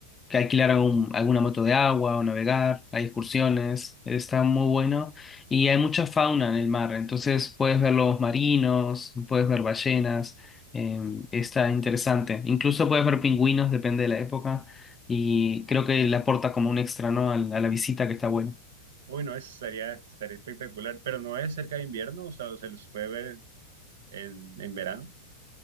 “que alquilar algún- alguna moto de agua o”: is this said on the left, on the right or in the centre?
Left